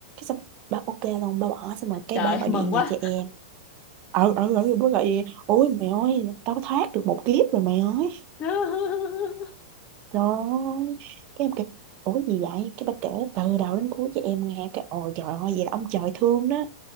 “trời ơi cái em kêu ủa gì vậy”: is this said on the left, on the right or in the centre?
Right